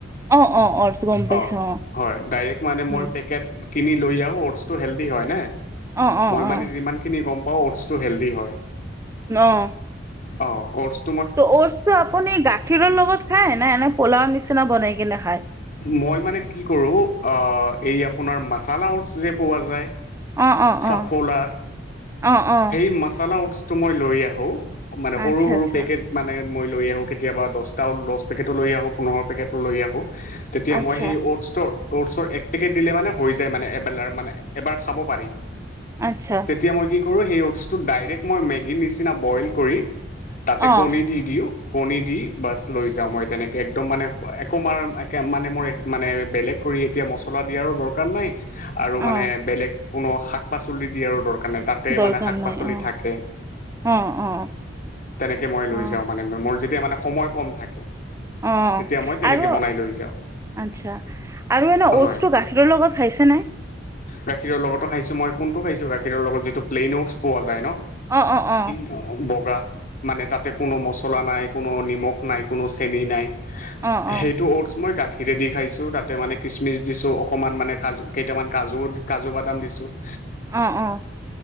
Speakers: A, on the right (about 15°); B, on the left (about 50°).
A: অ', অ', অ'টছ গম পাইছোঁ
B: অ', হয় ডাইৰেক্ট মানে মই
A: উম,
B: পেকেট কিনি লৈ যাওঁ। অ'টছটো হেল্ডি হয় নে,
A: অ', অ',
B: মই
A: অ',
B: মানে যিমান খিনি গম পাওঁ অ'টছটো হেল্ডি হয়।
A: অ'।
B: অ', অ'টছ
A: ত' অ'টছটো আপুনি গাখীৰৰ লগত খায়, নে এনেই পোলাও নিচিনা বনাই কিনে খায়?
B: মই মানে কি কৰোঁ, অ', এই আপোনাৰ মাছালা অ'টছ যে পোৱা যায়
A: অ', অ',
B: চাফলাৰ
A: অ', অ', অ',
B: সেই মছলা উস্ত টো মই লৈ আহো, মানে
A: আচ্ছা,
B: সৰু সৰু
A: আচ্ছা,
B: পেকেট - মানে মই লৈ আহোঁ কেতিয়াবা দহটা ও দহ পেকেটো লৈ আহোঁ পোন্ধৰ পেকেটো লৈ আহোঁ। তেতিয়া
A: আচ্ছা,
B: মই সেই অ'স্তৰ অ'টছৰ এক পেকেট দিলে মানে হৈ যায় মানে এবেলাৰ মানে এবাৰ খাব পাৰি।
A: আচ্ছা।
B: তেতিয়া মই কি কৰোঁ সেই অ'টছটো ডাইৰেক্ট মই মেগীৰ নিচিনা বইল কৰি - তাতে
A: অ',
B: কণী দি দিওঁ - কণী দি বছ লৈ যাওঁ মই তেনেকে একদম মানে একো মাৰ একে মানে মোৰ মানে বেলেগ - কৰি এতিয়া মছলা দিয়াৰো দৰকাৰ নাই - আৰু মানে
A: অ',
B: বেলেগ কোনো শাক পাচলি দিয়াৰো দৰকাৰ নাই তাত - তে
A: দৰকাৰ
B: মানে শাক
A: নাই
B: পাচলি
A: অ',
B: থাকে।
A: অ', অ',
B: তেনেকে মই লৈ
A: অ',
B: যাওঁ মানে - মোৰ যেতিয়া মানে সময় কম থাকে।
A: অ',
B: তেতিয়া মই তেনেকে
A: আৰু
B: বনাই
A: -
B: লৈ যাওঁ
A: আচ্ছা, আৰু এনেই অ'টছটো
B: হয়
A: গাখীৰৰ লগত খাইছে নে?
B: গাখীৰৰ লগতো খাইছো মই, কোনটো খাইছো গাখীৰৰ লগত যিটো প্লেইন অ'টছ পোৱা যায় ন।
A: অঁ', অঁ', অঁ'।
B: অ', বগা মানে তাতে কোনো মছলা নাই, কোনো নিমখ নাই, কোনো চে চেনি নাই,
A: অ', অ'।
B: সেইটো অ'টছ মই গা খীৰেদি খাইছোঁ, তাতে মানে কিচমিচ দিছোঁ, অকণমান মানে কাজু কেইটামান কাজুৰ কাজু বাদাম দিছোঁ -
A: অ', অ',